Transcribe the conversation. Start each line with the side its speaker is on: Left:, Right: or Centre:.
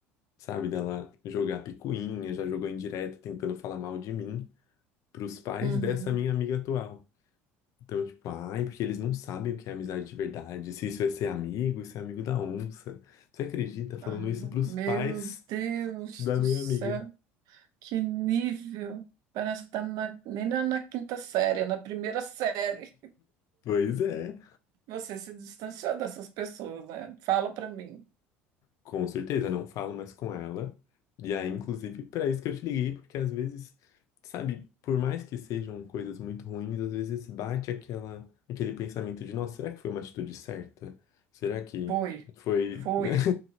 Left: sabe, dela jogar picuinha, já jogou indireta tentando falar mal de mim pros pais
Right: Uhum.
Left: dessa minha amiga atual. Então, tipo, ai, porque eles não sabem o que é amizade de verdade, se isso é ser amigo, isso é amigo da onça. Você acredita falando
Right: Ah,
Left: isso pros
Right: meu
Left: pais
Right: Deus
Left: da
Right: do
Left: minha
Right: céu,
Left: amiga?
Right: que nível! Parece que está na, nem na, na quinta série, é na primeira série.
Left: Pois é.
Right: Você se distanciou dessas pessoas, né? Fala para mim.
Left: Com certeza, não falo mais com ela. E aí, inclusive, para isso que eu te liguei, porque às vezes, sabe, por mais que sejam coisas muito ruins, às vezes bate aquela, aquele pensamento de, nossa, será que foi uma atitude certa? Será que
Right: Foi,
Left: foi,
Right: foi.
Left: né?